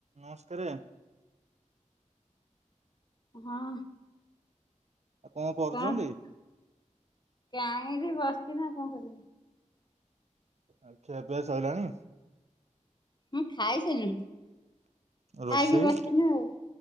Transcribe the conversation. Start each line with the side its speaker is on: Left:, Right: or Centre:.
Right: ନମସ୍କାରେ।
Left: ହଁ।
Right: ଆଉ କରୁଛନ୍ତି?
Left: କଣ କରଛ? କାଏଁ ରେ ବସିଛି ନା କଣ କରିବି।
Right: ଆ ଖିଆପିଆ ସଇଲାଣି?
Left: ମୁଁ ଖାଇସାଇଲୁଣୁ। ଖାଇକି
Right: ରୋଷେଇ
Left: ବସିନୁ ଆଉ,